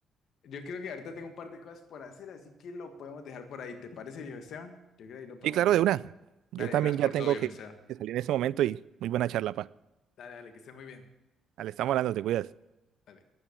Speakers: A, on the left; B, on the right.
A: yo creo que ahorita tengo un par de cosas por hacer, así que lo podemos dejar por ahí. ¿Te parece, viejo Esteban? Yo creo que ahí lo podemos
B: Y claro,
A: dejar.
B: de una. Yo
A: Dale,
B: también
A: gracias
B: ya
A: por
B: tengo
A: todo, viejo
B: que,
A: Esteban.
B: que salir en este momento y muy buena charla, pa.
A: Dale, dale, que esté muy bien.
B: Ale, estamos hablando, te cuidas.
A: Dale.